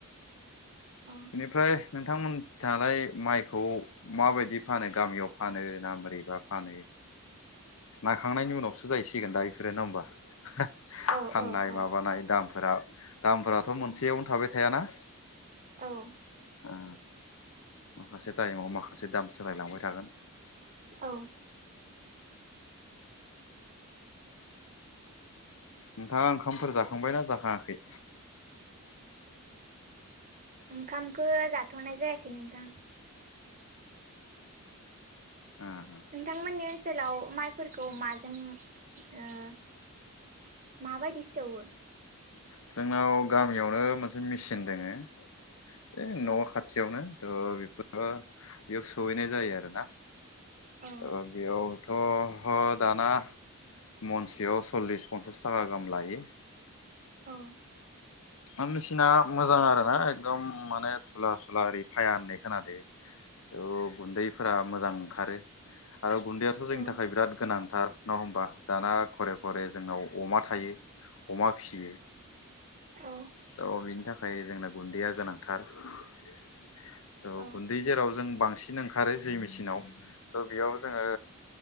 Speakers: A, on the right; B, on the left.
A: औ
B: इनिफ्राय नोंथांमोन जालाय माइखौ माबायदि फानो गामियाव फानो ना मोरैबा फानो नाखांनायनि उनावसो जाहैसिगोन दा इफोरो नङा होमबा <unintelligible>
A: औ
B: फाननाय
A: औ औ
B: माबानाय दाम फोरा दामफोराथ' मोनसेयावनो थाबाय थायाना।
A: औ।
B: आ माखासे टाइमाव माखासे दाम सोलायलांबाय थागोन।
A: औ।
B: नोंथाङा ओंखामफोर जाखांबायना जाखाङाखै?
A: ओंखामखो जाथ'नाय जायाखै नोंथां।
B: ओ ओ
A: नोंथांमोननि ओनसोलाव माइफोरखौ माज जों ओ माबायदि सौवो
B: जोंनाव गामियावनो मोनसे मेचिन दोङो। ए
A: औ
B: न' खाथियावनो त' बेफोर <unintelligible> बेयाव सहैनाय जायो आरोना।
A: औ
B: ओ बेयावथ' ह दाना मनसेयाव सल्लिस पन्सास तागा गाहाम लायो।
A: औ।
B: मा मेचिना मोजां आरो ना एकदम माने धुला सुला ओरै फाया होननाय खोनादो। त' गुन्दैफोरा मोजां ओंखारो आरो गुन्दैयाथ' जोंनि
A: औ
B: थाखाय बिराद गोनांथार। नङा होमबा दाना घरे घरे जोंनाव अमा थायो अमा भिसियो।
A: औ
B: त' बिनि थाखाय जोंना गुन्दैया गोनांथार। त'
A: औ
B: गुन्दै जेराव जों बांसिन ओंखारो जे मेचिनाव त' बेयाव जोङो